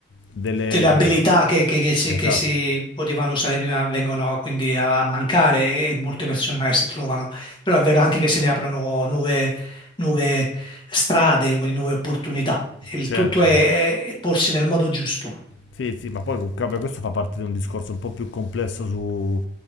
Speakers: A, on the left; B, on the left.
A: delle...
B: delle abilità
A: de-
B: che, che- che si,
A: esatto,
B: che si potevano usare prima vengono quindi a mancare e molte persone magari si trovano, però è vero anche che se ne aprono nuove, nuove strade, quindi nuove opportunità. Il
A: certo.
B: tutto è, è porsi nel modo giusto,
A: Sì, sì, ma poi comunque vabbè, questo fa parte di un discorso un po' più complesso su,